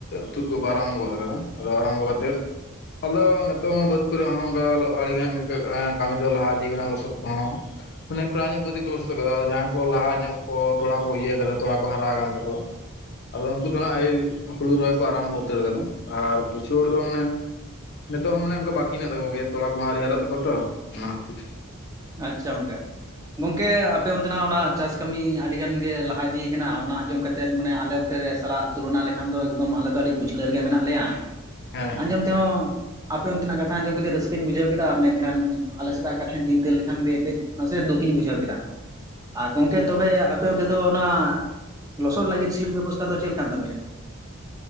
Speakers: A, on the left; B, on the right.
A: ᱛᱩᱫ ᱠᱚᱠᱚ ᱟᱨᱟᱢᱵᱚ ᱜᱚᱫ ᱠᱟᱫᱟ ᱟᱫᱚ᱾ ᱟᱨᱟᱢᱵᱚ ᱠᱟᱛᱮᱫ ᱟᱫᱚ ᱱᱤᱛᱚᱜ ᱦᱚᱸ ᱵᱟᱹᱫᱽ ᱠᱚᱨᱮ ᱦᱚᱸ ᱚᱱᱠᱟ ᱟᱹᱰᱤᱜᱟᱱ ᱠᱟᱹᱢᱤ ᱫᱚ ᱞᱟᱦᱟ ᱤᱫᱤ ᱠᱟᱱᱟ ᱞᱚᱥᱚᱫ ᱠᱚᱦᱚᱸ᱾ ᱯᱚᱨᱟᱭ ᱭᱚᱜ ᱯᱩᱨᱟ ᱵᱟᱹᱫᱽ ᱜᱮ ᱠᱚ ᱞᱚᱥᱚᱫᱟ ᱠᱚ ᱞᱟᱦᱟ ᱧᱚᱜ ᱠᱚ ᱛᱚᱲᱟ ᱠᱚ ᱤᱭᱟᱹ ᱠᱟᱫᱟ ᱛᱚᱲᱟ ᱠᱚ ᱦᱟᱨᱟ ᱟᱠᱟᱱ ᱛᱟᱠᱚᱣᱟ ᱟᱫᱚ ᱩᱱᱠᱩ ᱫᱚ ᱦᱟᱜ ᱩᱭ ᱦᱩᱲᱩ ᱨᱚᱦᱚᱭ ᱠᱚ ᱟᱨᱟᱢᱵᱚ ᱩᱛᱟᱹᱨ ᱟᱠᱟᱫᱟ ᱟᱨ ᱠᱤᱪᱷᱩ ᱦᱚᱲ ᱫᱚ ᱢᱟᱱᱮ᱾ ᱱᱤᱛᱚᱜ ᱦᱚᱸ ᱢᱟᱱᱮ ᱚᱱᱠᱟ ᱵᱟᱹᱠᱤ ᱢᱮᱱᱟᱜ ᱛᱟᱠᱚ ᱜᱮᱭᱟ ᱛᱚᱞᱟ ᱠᱚᱦᱚᱸ ᱟᱣᱨᱤ ᱦᱟᱨᱚᱜ ᱛᱟᱠᱚᱣᱟ ᱛᱚ ᱚᱱᱟ ᱠᱷᱟᱹᱛᱤᱨ
B: ᱟᱪᱪᱷᱟ ᱜᱚᱢᱠᱮ ᱜᱚᱝᱠᱮ ᱟᱯᱮ ᱚᱱᱛᱮᱱᱟᱜ ᱚᱱᱟ ᱪᱟᱥ ᱠᱟᱹᱢᱤ ᱟᱹᱰᱤ ᱜᱟᱱ ᱜᱮ ᱞᱟᱦᱟ ᱤᱫᱤᱭ ᱠᱟᱱᱟ ᱚᱱᱟ ᱟᱸᱡᱚᱢ ᱠᱟᱛᱮᱫ ᱢᱟᱱᱮ ᱟᱞᱮ <unintelligible> ᱥᱟᱞᱟᱜ ᱛᱩᱞᱚᱱᱟ ᱞᱮᱠᱷᱟᱱ ᱫᱚ ᱮᱠᱫᱚᱢ ᱟᱞᱮ ᱫᱚ ᱟᱹᱰᱤ ᱯᱟᱹᱪᱷᱟᱞᱟᱹ ᱨᱮ ᱜᱮ ᱢᱮᱱᱟᱜ ᱞᱮᱭᱟ
A: ᱦᱮᱸ ᱦᱮᱸ
B: ᱟᱸᱡᱚᱢ ᱛᱮᱦᱚᱸ ᱟᱯᱮ ᱚᱱᱛᱮᱱᱟᱜ ᱠᱟᱛᱷᱟ ᱟᱸᱡᱚᱢ ᱠᱟᱛᱮ ᱨᱟᱹᱥᱠᱟᱹᱧ ᱵᱩᱡᱷᱟᱹᱣ ᱠᱮᱫᱟ ᱢᱮᱱᱠᱷᱟᱱ ᱟᱞᱮ ᱥᱮᱱᱟᱜ ᱠᱟᱛᱷᱟ ᱪᱤᱱᱛᱟᱹ ᱠᱷᱟᱱ ᱜᱮ ᱠᱟᱹᱡ ᱱᱟᱥᱮ ᱫᱩᱠᱤᱧ ᱵᱩᱡᱷᱟᱹᱣ ᱠᱮᱫᱟ᱾ ᱜᱚᱝᱠᱮ ᱛᱚᱵᱮ ᱟᱯᱮ ᱚᱱᱛᱮ ᱫᱚ ᱚᱱᱟ ᱞᱚᱥᱚᱫ ᱞᱟᱹᱜᱤᱫ ᱥᱤᱭᱳᱜ ᱵᱮᱵᱚᱥᱛᱷᱟ ᱫᱚ ᱪᱮᱫ ᱞᱮᱠᱟᱱ ᱛᱟᱯᱮᱭᱟ